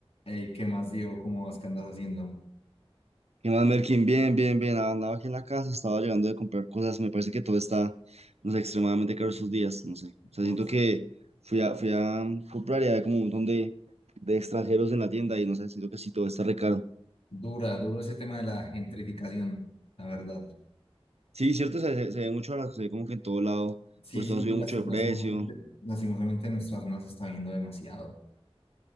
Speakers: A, on the left; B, on the right.
A: Eh, ¿qué más, Diego? ¿Cómo vas? ¿Qué andas haciendo?
B: ¿Qué más, Merkin? Bien, bien, bien. Andaba aquí en la casa, estaba llegando de comprar cosas. Me parece que todo está, no sé, extremadamente caro estos días, no sé. O sea,
A: Duro.
B: siento que fui a, fui a mm, comprar y había como un montón de, de extranjeros en la tienda y no sé, siento que sí, todo está re caro.
A: Dura, duro ese tema de la gentrificación, la verdad.
B: Sí, cierto, se, se- se ve mucho ahora, se ve como que en todo lado,
A: Sí,
B: pues
A: sí,
B: todo ha subido
A: y las-
B: mucho
A: lastimosamente,
B: de precio.
A: lastimosamente en nuestra zona se está viendo demasiado.